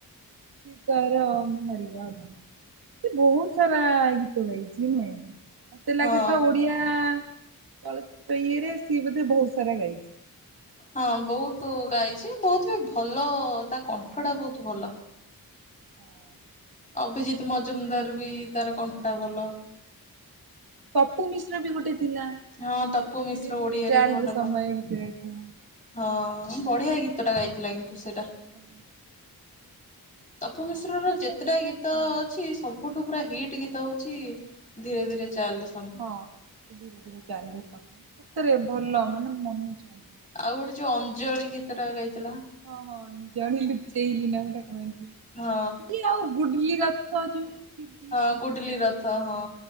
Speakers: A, on the right; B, on the left.
A: ସିଏ ତାର ମରିଗଲା, ସିଏ ବହୁତ ସାରା ଗୀତ ଗାଇଛିି ନୁହେଁ? ମୋତେ ଲାଗେ
B: ହଁ।
A: ତ ଓଡିଆ ଚଳଚିତ୍ର ଇଏରେ ସିଏ ବୋଧେ ବହୁତ ସାରା ଗାଇଛି।
B: ହଁ ବହୁତୁ ଗାଇଛି, ବହୁତ ବି ଭଲ ତା କଣ୍ଠ ଟା ବହୁତ ଭଲ।
A: ହଁ।
B: ଅଭିଜିତ୍ ମଜୁମଦାର ବି ତାର କଣ୍ଠ ଟା ଭଲ।
A: ପପୁ ମିଶ୍ର ବି ଗୋଟେ ଥିଲା
B: ହଁ ତପୁ ମିଶ୍ର
A: ଧୀରେ ଧୀରେ
B: ଓଡିଆରେ
A: ଚାଲରେ
B: ଭଲ
A: ସମୟ
B: କ
A: ଗୀତ ଗାଇଥିଲା।
B: ହଁ ବଢିଆ ଗୀତଟା ଗାଇଥିଲା କିନ୍ତୁ ସେଇଟା।
A: ହଁ।
B: ତପୁ ମିଶ୍ର ର ଯେତେଟା
A: ସବୁ
B: ଗୀତ ଛି ସବୁଠୁ ପୁରା ହିଟ୍ ଗୀତ ହଉଛି ଧୀରେ ଧୀରେ ଚାଲରେ
A: ହଁ ଧୀରେ ଧୀରେ ଚାଲରେ ସମୟ ସତରେ ଭଲ ମାନେ ମନ ଛୁଇଁ <inaudible>
B: ଆଉ ଗୋଟେ ଯୋଉ ଅଞ୍ଜଳି ଗୀତ ଟା ଗାଇଥିଲା।
A: ହଁ, ହଁ ଅଞ୍ଜଳି ଲୁଚେଇଲିି ନା ଗୋଟା କଣ ଏମତି,
B: ହଁ
A: ସିଏ ଆଉ ଗୁଡଲି ରଥ ଯୋଉ ସିଏ
B: ହଁ ଗୁଡିଲି ରଥ ହଁ।